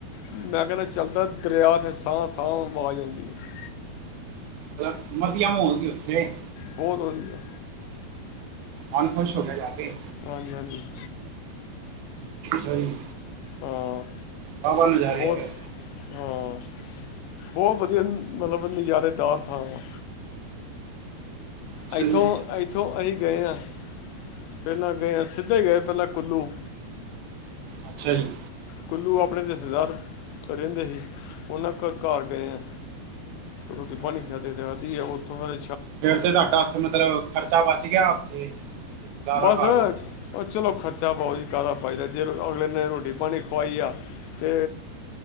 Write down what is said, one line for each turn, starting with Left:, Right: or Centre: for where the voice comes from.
Left: ਮੈਂ ਕਹਿਣਾ ਚੱਲਦਾ ਦਰਿਆ ਸਾਹ ਸਾਹ ਆਵਾਜ਼ ਆਉਂਦੀ ਹੈ।
Right: ਮਤਲਬ ਵਧੀਆ ਮਹੌਲ ਸੀ ਉੱਥੇ।
Left: ਬਹੁਤ ਵਧੀਆ।
Right: ਮਨ ਖੁਸ਼ ਹੋ ਗਿਆ ਜਾ ਕੇ।
Left: ਹਾਂਜੀ ਹਾਂਜੀ।
Right: ਸਹੀ ਹੈ
Left: ਹਾਂ
Right: ਹਾਂ ਪਰ ਨਜ਼ਾਰੇ
Left: ਬਹੁਤ
Right: ਹੈਗੇ।
Left: ਹਾਂ ਬਹੁਤ ਵਧੀਆ ਮਤਲਬ ਨਜ਼ਾਰੇ ਦਾਰ ਥਾਂ ਹੈ।
Right: ਅੱਛਾ
Left: ਇੱਥੋਂ
Right: ਜੀ
Left: ਇੱਥੋਂ ਅਸੀਂ ਗਏ ਹਾਂ ਪਹਿਲਾਂ ਗਏ ਹਾਂ ਸਿੱਧੇ ਗਏ ਪਹਿਲਾਂ ਕੁੱਲੂ।
Right: ਅੱਛਾ ਜੀ।
Left: ਕੁੱਲੂ ਆਪਣੇ ਰਿਸ਼ਤੇਦਾਰ ਰਹਿੰਦੇ ਸੀ ਉਹਨਾਂ ਘਰ ਘਰ ਗਏ ਹਾਂ। ਰੋਟੀ
Right: ਅੱਛਾ
Left: ਪਾਣੀ ਇੱਥੇ
Right: ਜੀ
Left: ਆਕੇ ਖਾਧੀ ਹੈ ਉੱਥੋਂ ਫੇਰ।
Right: ਫੇਰ ਤੇ ਤੁਹਾਡਾ ਉੱਥੇ ਮਤਲਬ ਖਰਚਾ ਬਚ ਗਿਆ ਉੱਥੇ। ਰਿਸ਼ਤੇਦਾਰਾਂ
Left: ਬਸ
Right: ਘਰ
Left: ਉਹ
Right: ਰੁਕ ਗਏ
Left: ਚਲੋ ਖਰਚਾ ਬਹੁਤ ਜੀ ਕਿਹਦਾ ਫਾਇਦਾ ਜੇ ਅਗਲੇ ਦਿਨ ਰੋਟੀ ਪਾਣੀ ਖਆਈ ਆ। ਤੇ।